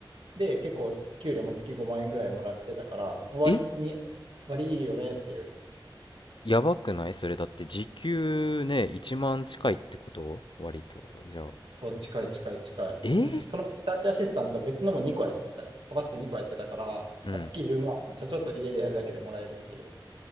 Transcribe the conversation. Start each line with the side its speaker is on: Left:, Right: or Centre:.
Right: で、結構給料も月5万円ぐらいもらってたから、割に、
Left: え
Right: 割いいよねっていう。
Left: やばくないそれだって時給ね、1万近いってこと割と。じゃあ、
Right: そう、近い近い近い。
Left: え
Right: で、そのリサーチアシスタントは別のも2個やってた、合わせて2個やってたから、
Left: うん。
Right: まあ、月10万、じゃあちょっと家でやるだけでもらえるっていう。